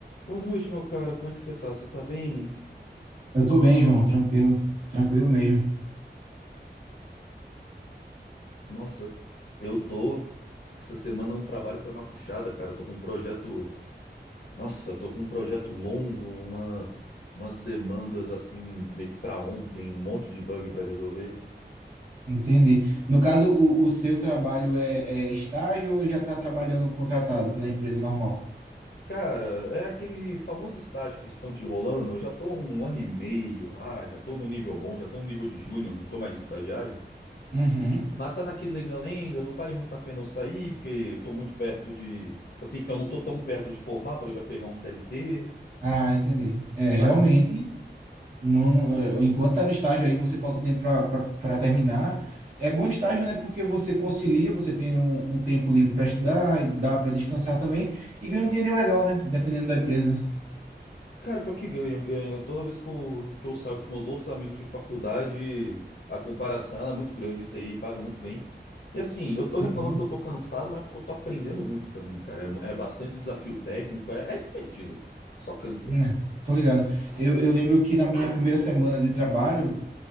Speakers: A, on the left; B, on the right.
A: Boa noite, meu caro. Como é que você tá? Você tá bem?
B: Eu tô bem, João, tranquilo, tranquilo mesmo.
A: Nossa, eu tô. Essa semana no trabalho foi uma puxada, cara. Eu tô com um projeto. Nossa, tô com um projeto longo, uma... umas demandas assim, meio que pra ontem, um monte de bug pra resolver.
B: Entendi. No caso, o, o seu trabalho é, é estágio ou já está trabalhando contratado pela empresa normal?
A: Cara, é aquele famoso estágio que estão te enrolando. Eu já tô há um ano e meio lá, já tô no nível bom, já tô no nível de júnior, não tô mais de estagiário.
B: Uhum.
A: Mas tá naquele lenga-lenga, não vale muito a pena eu sair, porque eu tô muito perto de. tipo Assim, eu não tô tão perto de formar pra eu já pegar um CLT.
B: Ah, entendi. É, realmente,
A: Mas,
B: não, não- eh, enquanto tá no estágio aí, você falta tempo para terminar. É bom estágio, né? Porque você concilia, você tem um, um tempo livre para estudar, e dá para descansar também, e ganha um dinheirinho legal, né? Dependendo da empresa.
A: cara, pior que ganha, ganha. Toda vez que eu, que eu saio com os meus outros amigos de faculdade, a comparação ela é muito grande de TI, paga muito bem. E assim, eu tô reclamando
B: Uhum.
A: que eu tô cansado, mas é porque eu tô aprendendo muito também, cara. É, é bastante desafio técnico, é, é divertido. Só cansa.
B: É, tô ligado. Eu, eu lembro que na minha primeira semana de trabalho,